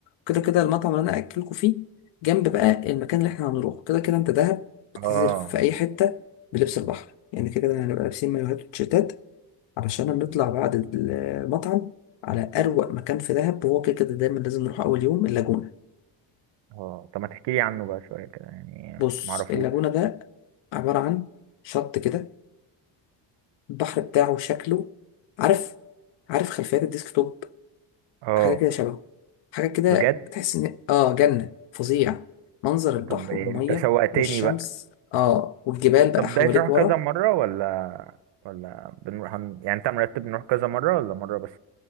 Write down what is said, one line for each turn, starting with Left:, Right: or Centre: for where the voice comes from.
Left: كده كده المطعم اللي أنا أكلكوا فيه جنب بقى المكان اللي احنا هنروحه كده كده انت دهب بتنزل
Right: اه
Left: في أي حتة بلبس البحر يعني كده كده هنبقى لابسين مايوهات وتيشيرتات علشان نطلع بعد المطعم على أروق مكان في دهب وهو كده كده دايما لازم نروح أول يوم اللاجونة
Right: اه طب ما تحكي لي عنه بقى شوية كده يعني
Left: بص
Right: معرفوش
Left: اللاجونة ده عبارة عن شط كده البحر بتاعه شكله عارف عارف خلفيات الديسكتوب
Right: اه
Left: حاجة كده شبهه حاجة كده
Right: بجد
Left: تحس إن آه جنة فظيع منظر البحر
Right: طب انت
Left: والمية
Right: شوقتني
Left: والشمس
Right: بقى
Left: آه والجبال بقى
Right: طب
Left: حواليك
Right: ده هتروح
Left: ورا
Right: كذا مرة ولا ولا بنروح هن... يعني انت مرتب نروح كذا مرة ولا مرة بس